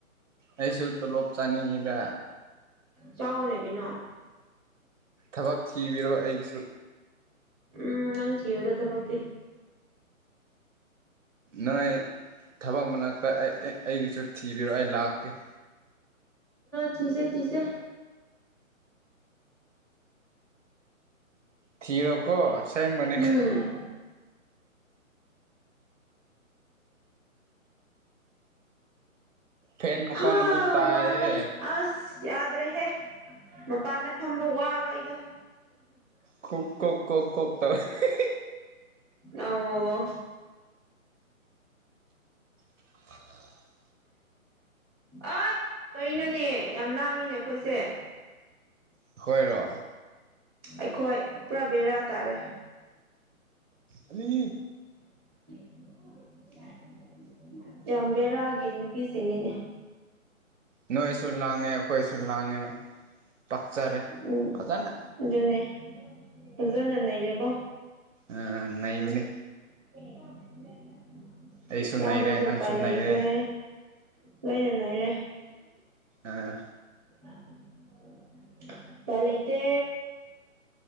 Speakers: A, on the right; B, on the right.
A: ꯑꯩꯁꯨ ꯇꯣꯂꯣꯞ ꯆꯥꯅꯤꯡꯉꯤꯗ
B: ꯆꯥꯎꯕꯅꯦ ꯀꯩꯅꯣ
A: ꯊꯕꯛ ꯊꯤꯕꯤꯔꯣ ꯑꯩꯒꯤꯁꯨ
B: ꯎꯝ ꯅꯪ ꯊꯣꯌꯣꯗ ꯊꯕꯛꯇꯤ
A: ꯅꯣꯏ ꯊꯕꯛ ꯃꯅꯥꯛꯇ ꯑꯩꯒꯤꯁꯨ ꯊꯤꯕꯤꯔꯣ ꯑꯩ ꯂꯥꯛꯀꯦ <inaudible>
B: ꯆꯤꯁꯦ ꯆꯤꯁꯦ
A: ꯊꯤꯔꯣ ꯀꯣ ꯁꯦꯡꯕꯅꯦ
B: ꯎꯝ
A: ꯐꯦꯟ ꯃꯈꯣꯟ
B: ꯍꯥ
A: ꯑꯃꯨꯛ ꯇꯥꯏꯍꯦ
B: ꯋꯥꯔꯦ ꯑꯁ ꯌꯥꯗ꯭ꯔꯦꯍꯦ ꯃꯄꯥꯟꯗ ꯐꯝꯕ ꯋꯥꯕ ꯑꯩꯗꯣ
A: ꯀꯣꯛ ꯀꯣꯛ ꯀꯣꯛ ꯇꯧꯋꯦ ꯍꯦ ꯍꯦ
B: ꯑꯣ
A: <inaudible>
B: ꯑꯩ ꯀꯩꯅꯣꯅꯦ ꯌꯥꯝ ꯂꯥꯡꯉꯤꯅꯦ ꯑꯩꯈꯣꯏꯁꯦ
A: ꯑꯩꯈꯣꯏꯔꯣ
B: ꯑꯩꯈꯣꯏ ꯄꯨꯔꯥ ꯕꯦꯔꯥ ꯇꯥꯔꯦ
A: ꯑꯅꯤ
B: <unintelligible> ꯌꯥꯝ ꯕꯦꯔꯥꯒꯤ ꯅꯨꯄꯤ ꯁꯤꯡꯅꯤꯅꯦ
A: ꯅꯣꯏꯁꯨ ꯂꯥꯡꯉꯦ ꯑꯩꯈꯣꯏꯁꯨ ꯂꯥꯡꯉꯦ ꯄꯥꯛꯆꯔꯦ
B: ꯎꯝ
A: ꯐꯖꯅ
B: ꯑꯗꯨꯅꯦ ꯐꯖꯅ ꯅꯔꯦꯀꯣ
A: ꯑꯥ ꯅꯩꯕꯅꯤ
B: <unintelligible>
A: ꯑꯩꯁꯨ
B: ꯂꯥꯡꯉꯁꯨ
A: ꯅꯩꯔꯦ ꯅꯪꯁꯨ
B: ꯎꯄꯥꯏ ꯂꯩꯇ꯭ꯔꯦ
A: ꯅꯩꯔꯦ
B: ꯂꯣꯏꯅ ꯅꯩꯔꯦ
A: ꯑꯥ
B: ꯑꯥ ꯎꯄꯥꯏ ꯂꯩꯇꯦ